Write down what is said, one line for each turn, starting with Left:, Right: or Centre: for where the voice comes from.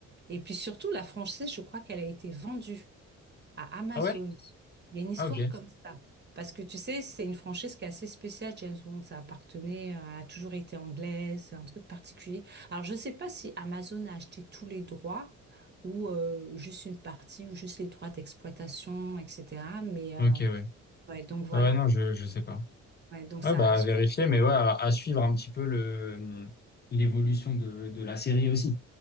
Right: et puis surtout, la franchise, je crois qu'elle a été vendue à Amazon.
Left: Ah ouais?
Right: Il y a une histoire
Left: Ah ok.
Right: comme ça. Parce que tu sais, c'est une franchise qui est assez spéciale. James Bond, ça appartenait, euh, elle a toujours été anglaise, un truc particulier. Alors, je ne sais pas si Amazon a acheté tous les droits ou euh, juste une partie ou juste les droits d'exploitation, etc. Mais euh,
Left: Ok, ouais.
Right: ouais, donc voilà.
Left: Ah ouais, non, je je sais pas.
Right: Ouais, donc
Left: Ouais,
Right: ça,
Left: bah à vérifier, mais ouais, à, à suivre un petit peu le l'évolution de de la série aussi.